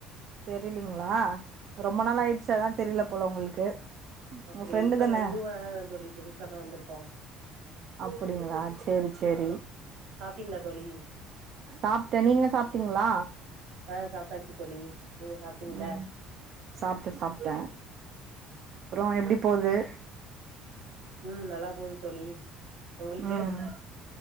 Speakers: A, on the right; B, on the right.
A: தெரியலிங்களா ரொம்ப நாள் ஆயிடுச்சி அதா தெரியல போல உங்களுக்கு
B: அப்படியே
A: உங்க ஃப்ரெண்டு
B: இப்ப
A: தான
B: நா நியூவா தா தோழி புதுசாதா வந்துருக்க
A: அப்டிங்களா சேரி சேரி
B: சாப்ட்டீங்களா தோழி
A: சாப்ட்டே நீங்க சாப்ட்டீங்களா
B: ஆ சாப்ட்டாச்சு தோழி நீங்க சாப்ட்டீங்களா
A: ம் சாப்ட்டே சாப்ட்டே அப்றோ எப்டி போது
B: ம் நல்லா போது தோழி உங்களுக்கு
A: ம்